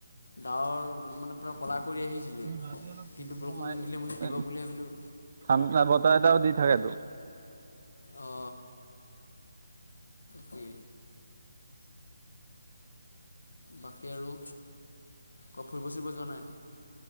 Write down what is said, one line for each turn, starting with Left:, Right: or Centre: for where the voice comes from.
Left: ডাৱৰ মানে ক'লা কৰি আহিছিলে
Right: ৰাতি অলপ
Left: কিন্তু
Right: ঠাণ্ডা
Left: বৰষুণটো
Right: নমাই
Left: নিদিলে মই দিব বুলি ভাবিলোঁ
Right: ঠাণ্ডা বতাহ এটাও দি তাকেটো
Left: অ কি? বাকী আৰু কতো ফুৰিব চুৰিব যোৱা নাই?